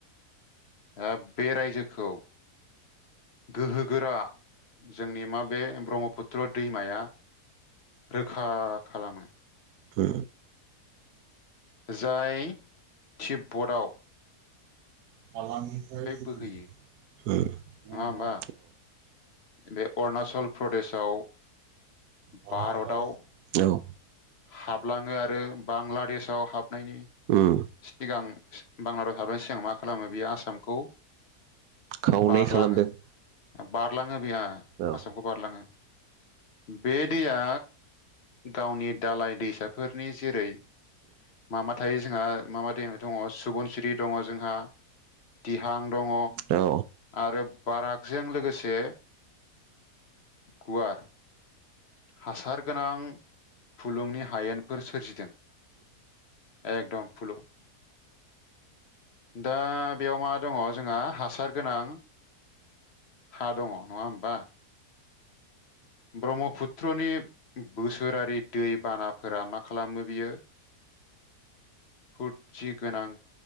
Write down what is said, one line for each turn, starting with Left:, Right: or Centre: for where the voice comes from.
Left: ओ बे रायजोखौ गोहोगोरा जोंनि माबे ब्रह्मपुत्र दैमाया रोखा खालामो।
Right: ओ।
Left: जाय तिपबर्डआव
Right: मालानिफ्राय नङा
Left: बोहैयो नङा
Right: होनबा?
Left: होमबा बे अरुणाचल प्रदेशआव।
Right: भारत
Left: भारताव
Right: आव औ।
Left: हाबलाङो आरो बांलादेशआव हाबनायनि
Right: उम
Left: सिगां बांलाद हाबनायनि सिगां मा खालामो बेयो आसामखौ।
Right: खावनै
Left: बारलाङो
Right: खालामदों।
Left: बारलाङो बेैया
Right: औ
Left: आसामखौ बारलाङो। बे दैया गावनि दालाय दैसाफोरनि जेरै- मा-मा थायो जोंहा मा-मा दैमा दङ सुबुनसिरि दं दङ जोंहा। दिहां दङ
Right: औ
Left: आरो बारागजों लोगोसे। गुवार। हासार गोनां फुलुंनि हायेनफोर सोरजिदों। एकदम फुलुग। दा बेयाव मा दङ जोंहा हासार गोनां। हा दङ नङा होमबा। ब्रह्मपुत्रनि बोसोरारि दैबानाफोरा मा खालामो बियो। फुदसि गोनां